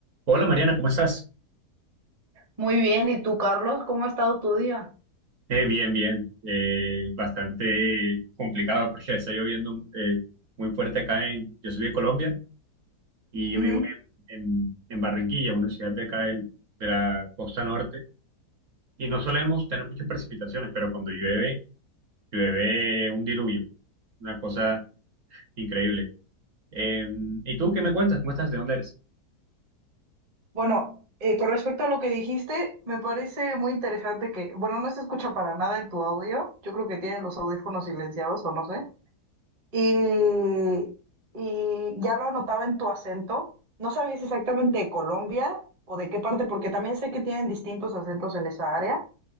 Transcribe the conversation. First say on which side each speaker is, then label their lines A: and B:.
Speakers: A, on the right; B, on the right.
A: Hola Mariana, ¿cómo estás?
B: Muy bien, ¿y tú, Carlos? ¿Cómo ha estado tu día?
A: Eh, bien, bien. Eh, bastante complicado porque está lloviendo eh, muy fuerte acá en... Yo soy de Colombia y yo
B: Ujú.
A: vivo en, en- en Barranquilla, una ciudad de acá del- de la costa norte. Y no solemos tener muchas precipitaciones, pero cuando llueve, llueve un diluvio. Una cosa increíble. Eh, ¿y tú qué me cuentas? ¿Cómo estás? ¿De dónde eres?
B: Bueno, eh, con respecto a lo que dijiste, me parece muy interesante que, bueno, no se escucha para nada en tu audio, yo creo que tienes los audífonos silenciados o no sé, y, y ya lo anotaba en tu acento, no sabías exactamente de Colombia o de qué parte, porque también sé que tienen distintos acentos en esa área,